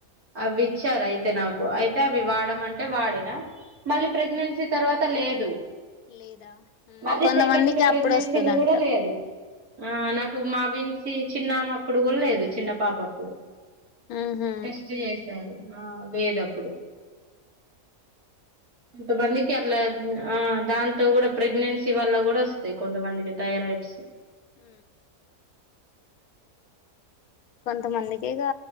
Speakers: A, on the right; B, on the left.
A: అవి ఇచ్చారు అయితే నాకు అయితే అవి వాడమంటే వాడినా మళ్ళీ ప్రెగ్నెన్సీ తర్వాత లేదు
B: లేదా ఉమ్,
A: మల్లి
B: కొంతమందికి
A: సెకండ్ ప్రెగ్నెన్సీలో
B: అప్పుడు వస్తదంట
A: కూడా లేదు ఆ నాకు మావిన్ సి చిన్నమ్మప్పుడు కూడా లేదు చిన్న పాపప్పుడు
B: ఉహు
A: టెస్ట్ చేసారు ఆ లేదు అప్పుడు కొంతమందికి అట్లా ఆ దాంతో కూడా ప్రెగ్నెన్సీ వల్ల కూడా వస్తాయి కొంతమందికి థైరాయిడ్స్
B: అ కొంతమందికి ఇక